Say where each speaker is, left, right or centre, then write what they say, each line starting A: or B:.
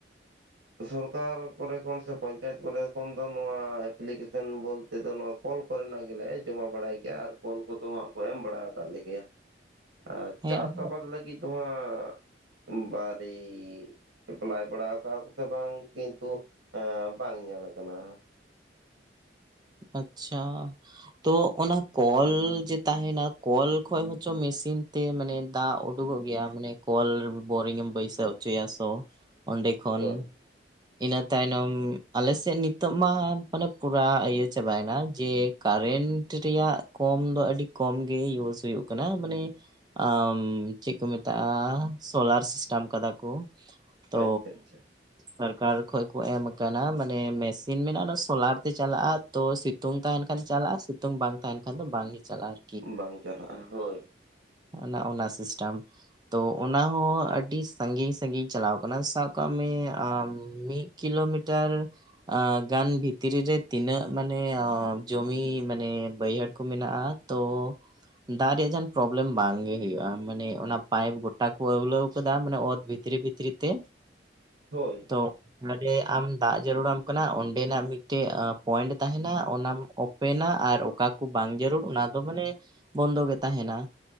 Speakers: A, on the right; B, on the right.
A: ᱥᱚᱨᱠᱟᱨ ᱠᱚᱨᱮ ᱠᱷᱚᱱ ᱥᱮ ᱯᱚᱧᱪᱟᱭᱮᱛ ᱠᱚᱨᱮ ᱠᱷᱚᱱ ᱫᱚ ᱱᱚᱣᱟ ᱮᱯᱞᱤᱠᱮᱥᱮᱱ ᱵᱳᱞᱛᱮ ᱫᱚ ᱱᱚᱣᱟ ᱠᱚᱞ ᱠᱚᱨᱮᱱᱟᱜ ᱜᱮᱞᱮ ᱡᱚᱢᱟ ᱵᱟᱲᱟᱭ ᱜᱮᱭᱟ᱾ ᱟᱨ ᱠᱚᱞ ᱠᱚᱫᱚ ᱦᱟᱸᱜ ᱠᱚ ᱮᱢ ᱵᱟᱲᱟ ᱟᱠᱣᱟᱫ ᱞᱮᱜᱮᱭᱟ᱾ ᱟᱨ
B: ᱦᱮᱸ
A: ᱪᱟᱥ
B: ᱟᱫᱚ
A: ᱟᱵᱟᱫ ᱞᱟᱹᱜᱤᱫ ᱫᱚ ᱦᱟᱸᱜ ᱵᱟᱨᱤᱜ ᱮᱯᱞᱟᱭ ᱵᱟᱲᱟ ᱠᱟᱜ-ᱟ ᱠᱚ ᱥᱮ ᱵᱟᱝ ᱠᱤᱱᱛᱩ ᱮᱸ ᱵᱟᱝ ᱧᱮᱞ ᱟᱠᱟᱱᱟ
B: ᱟᱪᱪᱷᱟ ᱛᱚ ᱚᱱᱟ ᱠᱚᱞ ᱡᱮ ᱛᱟᱦᱮᱱᱟ ᱠᱚᱞ ᱠᱷᱚᱡ ᱦᱚᱪᱚ ᱢᱮᱥᱤᱱ ᱛᱮ ᱢᱟᱱᱮ ᱫᱟᱜ ᱳ ᱳᱰᱳᱜᱳᱜ ᱜᱮᱭᱟ, ᱢᱟᱱᱮ ᱠᱚᱞ ᱵᱳᱨᱤᱝ ᱮᱢ ᱵᱟᱹᱭᱥᱟᱹᱣ ᱦᱚᱪᱚᱭᱟ ᱥᱚ ᱚᱸᱰᱮ ᱠᱷᱚᱱ
A: ᱦᱳᱭ
B: ᱤᱱᱟᱹ ᱛᱟᱭᱱᱚᱢ, ᱟᱞᱮᱥᱮᱫ ᱱᱤᱛᱚᱜ ᱢᱟ ᱢᱟᱱᱮ ᱯᱩᱨᱟ ᱤᱭᱟᱹ ᱪᱟᱵᱟᱭ ᱱᱟ᱾ ᱡᱮ ᱠᱟᱨᱮᱱᱴ ᱨᱮᱭᱟᱜ ᱠᱚᱢ ᱫᱚ ᱟᱹᱰᱤ ᱠᱚᱢ ᱜᱮ ᱤᱭᱩᱥ ᱦᱩᱭᱩᱜ ᱠᱟᱱᱟ ᱢᱟᱱᱮ ᱟᱸᱻ ᱢ ᱪᱮᱫ ᱠᱚ ᱢᱮᱛᱟᱜᱼᱟ, ᱥᱳᱞᱟᱨ ᱥᱤᱥᱴᱟᱢ ᱠᱟᱫᱟ ᱠᱚ᱾ ᱛᱚ
A: ᱳ ᱟᱪᱪᱷᱟ ᱟᱪᱪᱷᱟ᱾
B: ᱥᱚᱨᱠᱟᱨ ᱠᱷᱚᱡ ᱠᱚ ᱮᱢ ᱟᱠᱟᱱᱟ᱾ ᱢᱟᱱᱮ ᱢᱮᱥᱤᱱ ᱢᱮᱱᱟᱜᱼᱟ ᱚᱱᱟ ᱥᱳᱞᱟᱨ ᱛᱮ ᱪᱟᱞᱟᱜᱼᱟ᱾ ᱛᱚ ᱥᱤᱛᱩᱝ ᱛᱟᱦᱮᱱ ᱠᱷᱟᱱ ᱪᱟᱞᱟᱜᱼᱟ, ᱥᱤᱛᱩᱝ ᱵᱟᱝ ᱛᱟᱦᱮᱱ ᱠᱷᱟᱱ ᱫᱚ ᱵᱟᱝ ᱜᱮ ᱪᱟᱞᱟᱜ ᱟᱨ᱾
A: ᱵᱟᱝ ᱪᱟᱞᱟᱜᱼᱟ ᱦᱳᱭ᱾
B: ᱚᱱᱟ ᱚᱱᱟ ᱥᱤᱥᱴᱟᱢ᱾ ᱛᱚ ᱚᱱᱟ ᱦᱚᱸ ᱟᱹᱰᱤ ᱥᱟᱺᱜᱤᱧ ᱥᱟᱺᱜᱤᱧ ᱪᱟᱞᱟᱣ ᱟᱠᱟᱱᱟ, ᱥᱟᱵ ᱠᱟᱜ ᱢᱮ ᱟᱢ ᱢᱤᱫ ᱠᱤᱞᱳᱢᱤᱴᱟᱨ ᱮᱸ ᱜᱟᱱ ᱵᱷᱤᱛᱨᱤ ᱨᱮ ᱛᱤᱱᱟᱹᱜ ᱢᱟᱱᱮ ᱟᱸ ᱡᱚᱢᱤ ᱢᱟᱱᱮ ᱵᱟᱹᱭᱦᱟᱹᱲ ᱠᱚ ᱢᱮᱱᱟᱜᱼᱟ ᱛᱚ ᱫᱟᱜ ᱨᱮᱭᱟᱜ ᱡᱟᱦᱟᱱ ᱯᱨᱚᱵᱞᱮᱢ ᱵᱟᱝ ᱜᱮ ᱦᱳᱭᱳᱜᱼᱟ᱾ ᱢᱟᱱᱮ ᱚᱱᱟ ᱯᱟᱭᱤᱯ ᱜᱚᱴᱟᱠᱩ ᱟᱹᱣᱞᱟᱹᱣ ᱠᱟᱫᱟ ᱢᱟᱱᱮ ᱚᱛ ᱵᱷᱤᱛ ᱛᱨᱤ ᱵᱷᱤᱛᱨᱤ ᱛᱮ᱾
A: ᱦᱳᱭ᱾
B: ᱚ ᱢᱟᱱᱮ ᱟᱢ ᱫᱟᱜ ᱡᱟᱹᱨᱩᱲᱟᱢ ᱠᱟᱱᱟ ᱚᱸᱰᱮᱱᱟᱜ ᱢᱤᱫᱴᱮᱱ ᱯᱚᱭᱮᱱᱴ ᱛᱟᱦᱮᱱᱟ ᱚᱱᱟᱢ ᱳᱯᱮᱱᱟ ᱟᱨ ᱚᱠᱟ ᱠᱩ ᱵᱟᱝ ᱡᱟᱹᱨᱩᱲ ᱚᱱᱟ ᱫᱚ ᱢᱟᱱᱮ ᱵᱚᱱᱫᱚ ᱜᱮ ᱛᱟᱦᱮᱱᱟ᱾